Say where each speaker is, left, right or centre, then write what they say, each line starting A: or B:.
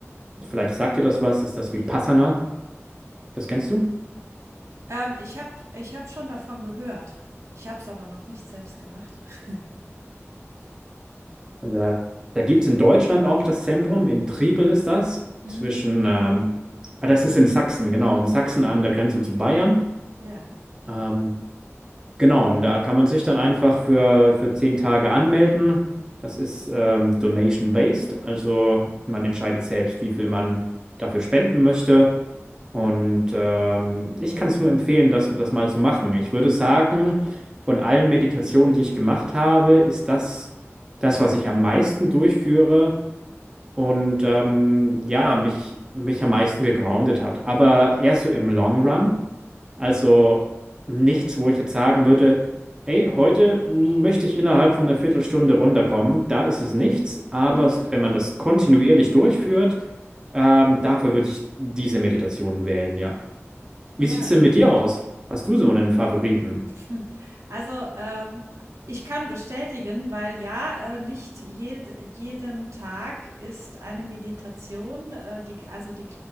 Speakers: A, on the right; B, on the right.
A: Vielleicht sagt dir das was, ist das
B: Ja,
A: Vipassana? Das kennst du?
B: ähm, ich habe ich hab schon davon gehört. Ich habe es aber noch nicht selbst gemacht. <laughs>
A: Da, da gibt es in Deutschland auch das Zentrum, in Triebel ist das,
B: Mhm.
A: zwischen, ähm, ah, das ist in Sachsen, genau, in Sachsen an der Grenze zu Bayern.
B: Ja.
A: Ähm, genau, und da kann man sich dann einfach für, für zehn Tage anmelden. Das ist ähm, donation-based, also man entscheidet selbst, wie viel man dafür spenden möchte. Und ähm, ich kann es nur empfehlen, das, das mal zu machen. Ich würde sagen, von allen Meditationen, die ich gemacht habe, ist das das, was ich am meisten durchführe und ähm, ja, mich, mich am meisten gegroundet hat. Aber eher so im Long Run. Also nichts, wo ich jetzt sagen würde, hey, heute möchte ich innerhalb von einer Viertelstunde runterkommen. Da ist es nichts. Aber
B: Mhm.
A: wenn man das kontinuierlich durchführt, ähm, dafür würde ich diese Meditationen wählen, ja. Wie
B: Ja.
A: sieht's denn mit dir aus? Hast du so einen Favoriten?
B: Hm. Also, ähm, ich kann bestätigen, weil ja, äh, nicht jed jeden Tag ist eine Meditation, äh, die, also die,